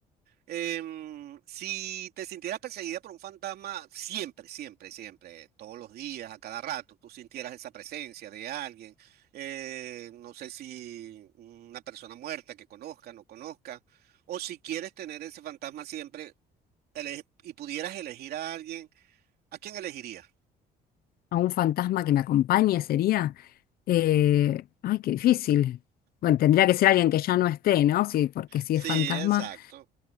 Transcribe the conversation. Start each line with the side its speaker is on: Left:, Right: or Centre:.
Right: Em, si te sintieras perseguida por un fantasma siempre, siempre, siempre, todos los días, a cada rato, tú sintieras esa presencia de alguien, eh, no sé si una persona muerta que conozca, no conozca, o si quieres tener ese fantasma siempre ele- y pudieras elegir a alguien, ¿a quién elegirías?
Left: A un fantasma que me acompañe sería. eh, ay, qué difícil. Bueno, tendría que ser alguien que ya no esté, ¿no? Sí, porque
Right: <laughs>
Left: si
Right: Sí,
Left: es fantasma.
Right: exacto.